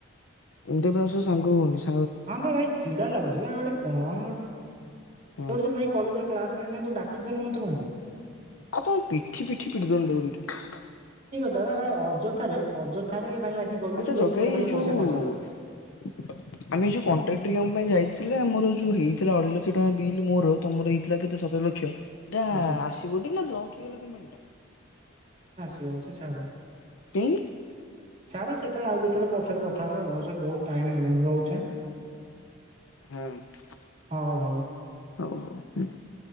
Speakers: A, on the left; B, on the right.
A: ଏମିତି ବେଳେ ସ ସେ ସାଙ୍ଗ ହଉନି ସେ
B: ହଁ ଭାଇ ଭାଇ ଚିଡ଼ା ଲାଗୁଛି ଯିବା ଗୋଟେ କଣ ଗୋଟେ
A: ହୁଁ
B: ତୋର ଯଦି ଭାଇ କଲେଜରେ କ୍ଲାସ କରିବାର ନାହିଁ ତ ଡାକୁଛି ତାହେଲେ ମତେ କଣ ପାଇଁ?
A: କଣ ପିଠି ପିଠି ପିଠି ଦୋଉନୁ ଦିଟା।
B: <unintelligible> ଅଯଥାରେ ଅଯଥାରେ ଭାଇ ଆଜି ଗଲୁ
A: ଆଚ୍ଛା
B: ଭାଇ
A: <unintelligible> ଯୋଉ
B: ସେପଟେ ଖାଲି ପଇସା ଖର୍ଚ୍ଚ
A: ।
B: ହେଲା।
A: ଆମେ ଯୋଉ କଣ୍ଟ୍ରାକ୍ଟରଙ୍କ
B: ହୁଁ
A: ପାଇଁ ଯାଇଥିଲେ ଆମର ଯୋଉ ହେଇଥିଲା ଅଢେଇଲକ୍ଷ। <unintelligible> ମୋର ତମର ହେଇଥିଲା କେତେ ସତ। <unintelligible> ସେଟା
B: ଆଚ୍ଛା
A: ଆସିବ କି ନା ବ୍ଲକ୍ ହେଇଗଲା ପେମେଣ୍ଟ ଟା?
B: ଯାଉ ସେ ଛାଡ।
A: କାହିଁକି
B: ଛାଡ ସେତେବେଳେ ଆଉ କେତେବେଳେ ପଛରେ କଥା ହେବା ବହୁତ ଟାଇମ୍ ହୋଇଗଲାଣି ରହୁଛି ଆଁ।
A: ହଁ
B: ହଁ ହୋଉ।
A: <unintelligible>